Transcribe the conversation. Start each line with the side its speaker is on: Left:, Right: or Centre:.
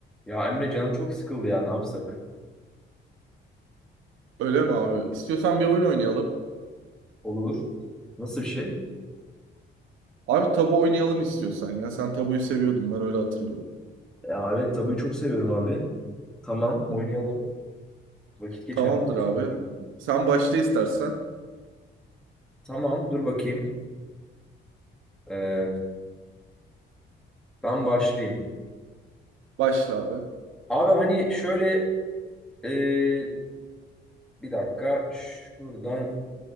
Centre: Ya Emre canım çok sıkıldı ya ne yapsak?
Right: Öyle mi abi? İstiyorsan bir oyun oynayalım.
Centre: Olur. Nasıl bir şey?
Right: Abi tabu oynayalım istiyorsan ya. Sen tabuyu seviyordun ben öyle hatırlıyorum.
Centre: Ya evet tabii çok seviyorum abi. Tamam oynayalım.
Right: Hı hı.
Centre: Vakit geçer.
Right: Tamamdır
Centre: Güzel
Right: abi.
Centre: olur.
Right: Sen başla istersen.
Centre: Tamam dur bakayım. Ee, ben başlayayım.
Right: Başla abi.
Centre: Abi hani şöyle ee, bir dakika şuradan